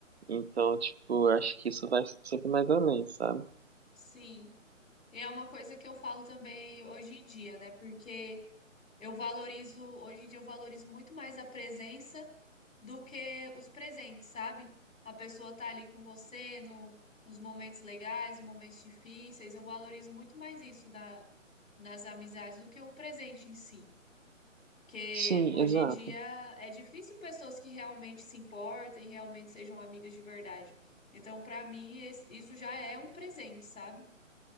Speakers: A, on the right; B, on the left.
A: Então, tipo, eu acho que isso vai sempre mais além, sabe?
B: sim. E é uma coisa que eu falo também hoje em dia, né? Porque eu valorizo, hoje em dia eu valorizo muito mais a presença do que os presentes, sabe? A pessoa tá ali com você no, nos momentos legais, momentos difíceis. Eu valorizo muito mais isso da, nas amizades do que o presente em si. Porque
A: Sim,
B: hoje
A: exato.
B: em dia é difícil pessoas que realmente se importem, realmente sejam amigas de verdade. Então, pra mim, es- isso já é um presente, sabe?